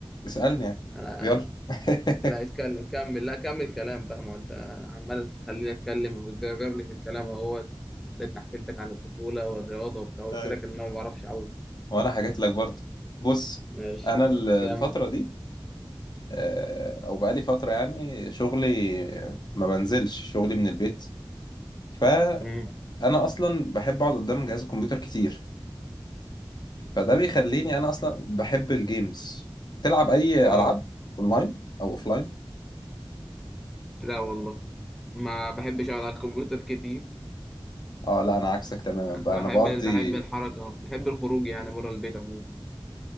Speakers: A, on the left; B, in the centre.
A: اسألني يعني
B: أنا
A: يلا <laughs>
B: لا اتكلم كمل لا كمل كلام بقى ما انت عمال تخليني اتكلم وبتجرجرني في الكلام اهوت لقيتني حكيت لك عن الطفوله والرياضه وبتاع قلت
A: أيوة.
B: لك ان انا ما بعرفش اعوم
A: وانا حكيت لك برضه بص
B: ماشي
A: انا ال- الفتره
B: كمل
A: دي آه، او بقالي فتره يعني شغلي ما بنزلش شغلي من البيت فانا
B: امم
A: اصلا بحب اقعد قدام جهاز الكمبيوتر كتير فده بيخليني انا اصلا بحب الجيمز تلعب اي
B: اه
A: العاب اونلاين او اوفلاين
B: لا والله ما بحبش اقعد على الكمبيوتر كتير
A: اه لا انا عكسك تماما
B: انا
A: بقى انا
B: بحب
A: بقضي
B: بحب الحركه بحب الخروج يعني بره البيت عموما